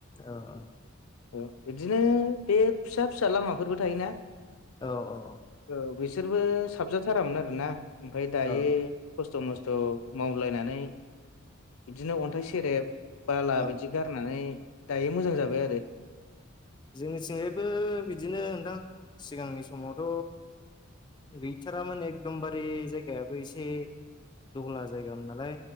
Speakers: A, on the left; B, on the left.
A: औ औ
B: औ बिदिनो बे फिसा फिसा लामाफोरबो थायोना?
A: औ औ
B: औ बिसोरबो साबजाथारामोन आरोना ओमफ्राय दायो
A: औ
B: खस्थ' मस्थ' मावलायनानै बिदिनो अन्थाइ सेरेब बाला
A: औ
B: बिदि गारनानै दायो मोजां जाबाय आरो
A: जोंनिथिंजायबो बिदिनो नोंथां सिगांनि समावथ' गैथारामोन एकदमबारे जायगायाबो एसे दहला जायगामोन नालाय